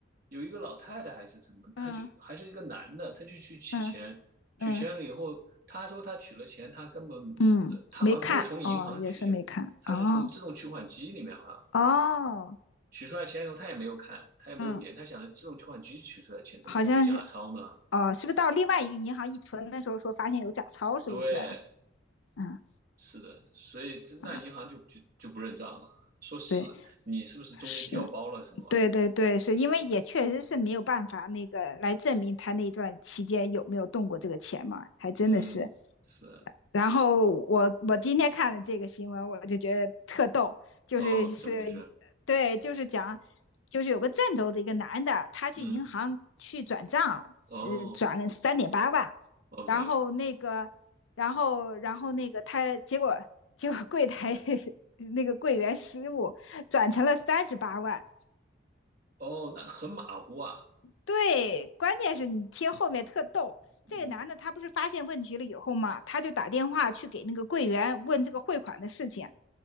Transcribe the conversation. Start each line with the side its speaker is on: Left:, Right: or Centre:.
Right: 有一个老太太还是什么，她就还是一个男的，
Left: 嗯
Right: 他就去取钱，
Left: 嗯
Right: 取钱了以后，
Left: 嗯
Right: 他说他取了钱，他根本呃，
Left: 嗯没看哦也是没看哦
Right: 他好像不是从银行取钱，他是从自动取款机里面好像
Left: 哦
Right: 取出来钱以后，他也没有看，他也没有点，
Left: 嗯
Right: 他想着自动取款机取出来钱怎么会有假钞呢？
Left: 好像是哦，是不是到另外一个银行一存的时候说发现有假钞，是不是？
Right: 对，
Left: 嗯
Right: 是的，所以这那银行就就就不认账了，
Left: 啊，
Right: 说是你是不是中间调包了什么玩意的
Left: 对，是，对对对，是因为也确实是没有办法那个来证明他那段期间有没有动过这个钱嘛，还真的是，
Right: 嗯，是啊，
Left: 然后我我今天看的这个新闻，我就觉得特逗，就是是，
Right: 哦，怎么回事？
Left: 对，就是讲，就是有个郑州的一个男的，他去银行去转账，
Right: 嗯。
Left: 是转了三点八万，
Right: 哦，OK，
Left: 然后那个，然后然后那个他结果结果柜台 <laughs> 那个柜员失误，转成了三十八万。
Right: 哦，那很马虎啊，
Left: 对，关键是你听后面特逗。这个男的他不是发现问题了以后嘛，
Right: 嗯
Left: 他就打电话去给那个柜员问这个汇款的事情，